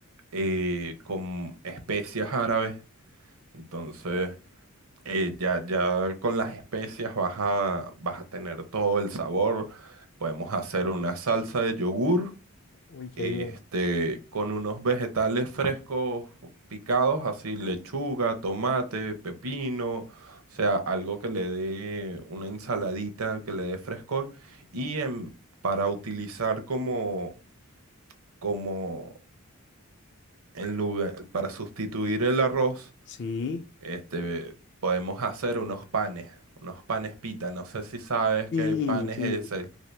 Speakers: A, on the right; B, on the left.
A: eh, con especias árabes. Entonces, eh, ya, ya con las especias vas a, vas a tener todo el sabor. Podemos hacer una salsa de yogur.
B: Uy, qué
A: este,
B: bien.
A: con unos vegetales frescos picados, así lechuga, tomate, pepino, o sea, algo que le dé una ensaladita, que le dé frescor, y en- para utilizar como, como en lugar, para sustituir el arroz,
B: Sí,
A: este, podemos hacer unos panes, unos panes pita, no sé si sabes
B: sí,
A: qué panes
B: sí,
A: es el,